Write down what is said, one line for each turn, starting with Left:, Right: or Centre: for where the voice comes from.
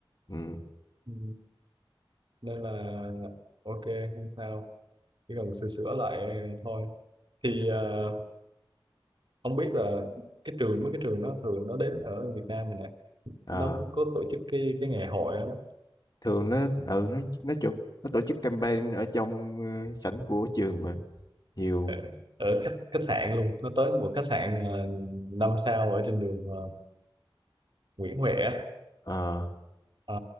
Left: ừ
Right: ừ. nên là ok không sao chỉ cần sửa sửa lại ờ, thôi thì ờ, không biết là cái trường mấy cái trường đó thường nó đến ở Việt Nam này nè
Left: ờ
Right: nó có tổ chức cái cái ngày hội đó, đó.
Left: thường nó
Right: Ừ.
Left: ừ nó nó chụp nó tổ chức campaign ở trong ờ, sảnh của trường mà nhiều
Right: ở, ở khách khách sạn luôn nó tới một khách sạn ờ, năm sao ở trên đường ờ, Nguyễn Huệ á.
Left: ờ
Right: Ờ,